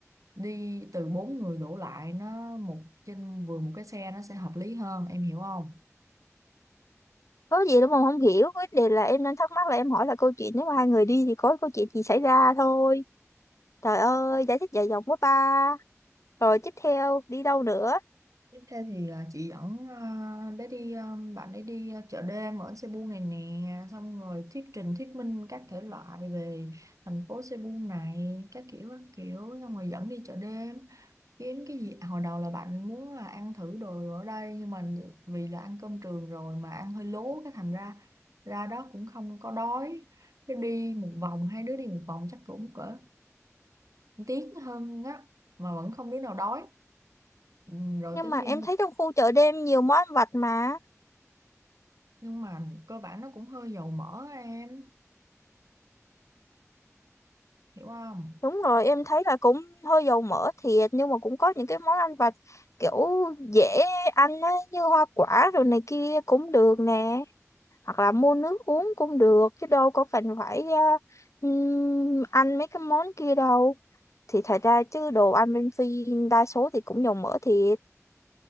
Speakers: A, on the right; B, on the left.
A: đi từ bốn người đổ lại nó một trên vừa một cái xe nó sẽ hợp lý hơn em hiểu không
B: có gì đâu mà không hiểu vấn đề là em đang thắc mắc là em hỏi là câu chuyện nếu mà hai người đi thì có câu chuyện gì xảy ra thôi Trời ơi, giải thích dài dòng quá ba. Rồi tiếp theo đi đâu nữa?
A: tiếp theo thì à, chị dẫn à, bé đi à, bạn ấy đi à, chợ đêm ở Cebu này nè xong rồi thuyết trình thuyết minh các thể loại về thành phố Cebu này các kiểu các kiểu xong rồi dẫn đi chợ đêm kiếm cái gì À, hồi đầu là bạn muốn là ăn thử đồ ở đây nhưng mà vì là ăn cơm trường rồi mà ăn hơi lố cái thành ra ra đó cũng không có đói cái đi một vòng hai đứa đi một vòng chắc cũng cỡ một tiếng hơn á mà vẫn không đứa nào đói ừ, rồi
B: Nhưng
A: tính
B: mà
A: đi
B: em
A: mua.
B: thấy trong khu chợ đêm nhiều món ăn vặt mà.
A: nhưng mà cơ bản nó cũng hơi dầu mỡ em hiểu không
B: Đúng rồi, em thấy là cũng hơi dầu mỡ thiệt nhưng mà cũng có những cái món ăn vặt kiểu dễ ăn á, như hoa quả rồi này kia cũng được nè. Hoặc là mua nước uống cũng được chứ đâu có cần phải ờ, ừm, ăn mấy cái món kia đâu. Thì thật ra chứ đồ ăn bên Phi đa số thì cũng dầu mỡ thiệt.